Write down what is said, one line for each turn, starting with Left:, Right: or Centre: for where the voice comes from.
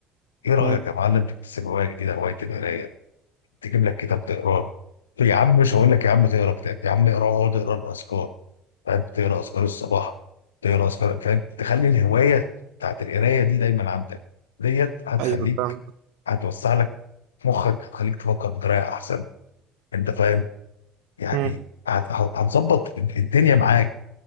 Left: ايه رايك
Right: مم.
Left: يا معلم تكتسب هوايه جديده هوايه القرايه تجيب لك كتاب تقراه يا عم مش هقول لك يا عم تقرا كتاب يا عم اقرا اقعد اقرا الاذكار فاهم تقرا اذكار الصباح تقرا اذكار فاهم تخلي الهوايه بتاعت القرايه دي دايما عندك ديت هتخليك
Right: أيوه فاهمك
Left: هتوسع لك مخك هتخليك تفكر بطريقه احسن انت فاهم يعني
Right: مم.
Left: هت- هت- هتظبط الدنيا معاك